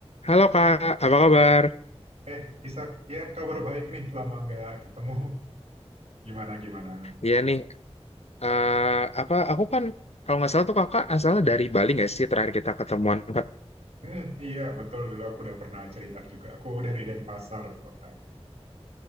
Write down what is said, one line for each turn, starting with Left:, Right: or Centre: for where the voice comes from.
Left: Halo Kak, apa kabar?
Right: Eh, Isak, ya kabar baik nih, lama nggak ketemu. Gimana gimana?
Left: Iya nih, eh, apa aku kan kalau nggak salah tuh Kakak asalnya dari Bali nggak sih terakhir kita ketemuan Kak?
Right: Hmm, iya betul dulu aku udah pernah cerita juga. Aku dari Denpasar kotanya.